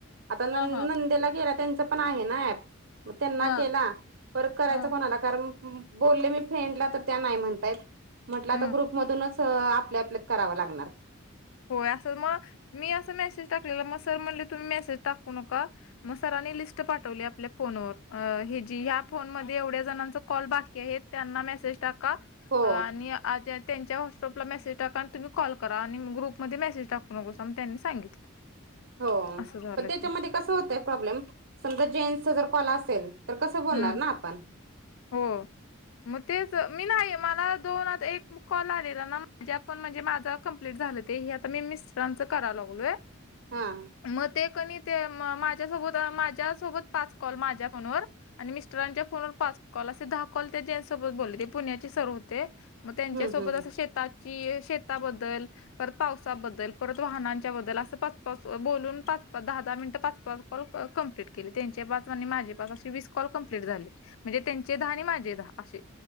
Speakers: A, on the right; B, on the left.
A: आता न
B: हा हा
A: नंदेला गेला तेपण आहे ना ऍप त्यांना
B: हा
A: केला परत करायच
B: हा
A: कोणाला कारण बोले मी फ्रेंडला तर त्या नाही म्हणतायेत म्हटल आता
B: हम्म
A: ग्रुप मधूनच आपल्या, आपल्यात कराव लागणार.
B: होय असं मग मी असं मेसेज टाकलेला मग सर म्हणले तुम्ही मेसेज टाकू नका. मग सरांनी लिस्ट पाठवली आपल्या फोनवर ह्या फोन मध्ये एवढ्या जणांचं कॉल बाकी आहेत त्यांना मेसेज टाका
A: हो
B: आणि त्यांच्या व्हॉट्सअपला मेसेज टाका तुम्ही कॉल करा आणि ग्रुप मध्ये मेसेज टाकू नकोसं म त्यांनी सांगितलं.
A: हो
B: असं झालं
A: पण त्याच्यामध्ये
B: ते
A: कसं होतंय प्रॉब्लेम समजा जेन्सचा जर काॅल असेल तर कसं बोलणार
B: हम्म
A: ना आपण.
B: हो मग तेच मी नाही मला दोन आता एक मग कॉल आलेला ना माझ्या पण म्हणजे माझा कंप्लीट झालं ते आता मी मिस्टरांचं कराय लागलोय.
A: हा..
B: मग ते कणी ते माझ्यासोबत, माझ्यासोबत पाच कॉल माझ्या फोनवर आणि मिस्टरांच्या फोनवर पाच काॅल असे दहा कॉल त्यांच्या सोबत बोलले ते पुण्याचे सर होते मग त्यांच्यासोबत
A: हम्म हम्म
B: अस श शेता बद्दल, परत पावसाबद्दल, परत वाहनांच्या बद्दल असं पाच, पाच बोलून पाच, पाच, दहा, दहा मिनटं पाच, पाच कॉल कम्प्लीट त्यांचे पाच माझे पाच असे वीस कॉल कंप्लीट झाले म्हणजे त्यांचे दहा आणि माझे दहा असे